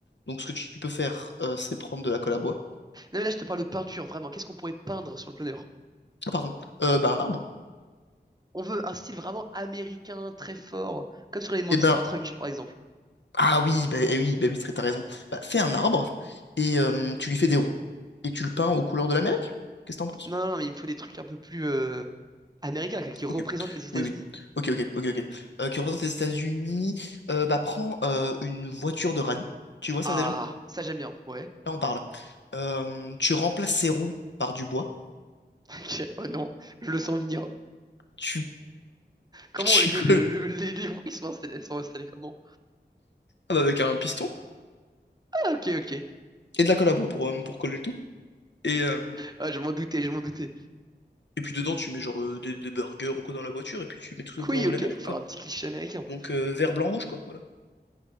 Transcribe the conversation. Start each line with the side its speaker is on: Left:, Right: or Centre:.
Left: Donc, ce que tu peux faire, euh, c'est prendre de la colle à bois.
Right: Non, mais là, je te parle de peinture, vraiment. Qu'est-ce qu'on pourrait peindre sur le planeur?
Left: Ah, pardon. Euh, bah, un arbre.
Right: On veut un style vraiment américain, très fort, comme sur les Monster
Left: Et ben,
Right: Trucks, par exemple.
Left: ah oui, bah, eh oui, bah oui, t'as t'as raison. Bah, fais un arbre et euh, tu lui fais des roues. Et tu le peins aux couleurs de l'Amérique. Qu'est-ce que t'en penses?
Right: Non, non, mais il me faut des trucs un peu plus euh, américains, quoi, qui représentent
Left: Ok,
Right: les États-Unis.
Left: oui, oui. Ok, ok, ok, ok. Euh, qui représente les États-Unis. Euh, bah, prends euh, une voiture de rallye. Tu vois ça
Right: Ah,
Left: déjà?
Right: ça j'aime bien. Ouais.
Left: Là, on parle. Euh, tu remplaces ses roues par du bois.
Right: <laughs> Ok. Oh non, je le sens venir.
Left: Tu,
Right: Comment
Left: <laughs> tu
Right: on les met
Left: colles
Right: le, le- les, les bruits sont installés, sont installés comment?
Left: ah bah, avec un piston
Right: Ah ok ok.
Left: et de la colle à bois pour, euh, pour coller le tout. Et, euh,
Right: Ah, je m'en doutais, je m'en doutais.
Left: et puis dedans, tu mets genre euh, des, des burgers ou quoi dans la voiture. Et puis tu mets tout aux couleurs
Right: Oui
Left: de
Right: ok
Left: l'Amérique,
Right: pour faire
Left: quoi.
Right: un petit cliché américain.
Left: Donc euh, vert, blanc, rouge, quoi. Voilà.